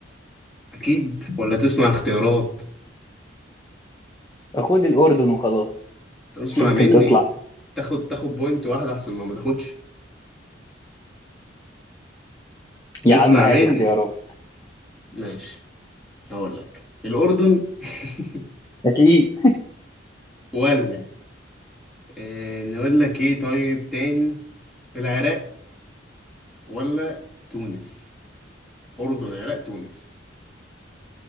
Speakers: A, in the centre; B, on the left (about 20°).
A: اكيد ولا تسمع اختيارات
B: خد الأردن وخلاص
A: اسمع
B: مش يمكن
A: مني
B: تطلع
A: تاخد تاخد بوينت واحدة احسن ما ما تاخدش
B: يا
A: اسمع
B: عم هات
A: مني
B: اختيارات
A: ماشي هقول لك الأردن <laughs>
B: أكيد
A: ولا آه نقول لك ايه طيب تاني العراق ولا تونس أردن عراق تونس